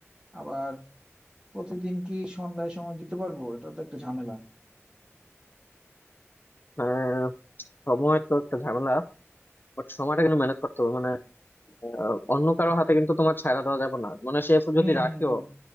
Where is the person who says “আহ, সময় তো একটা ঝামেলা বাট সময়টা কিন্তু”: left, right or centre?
Left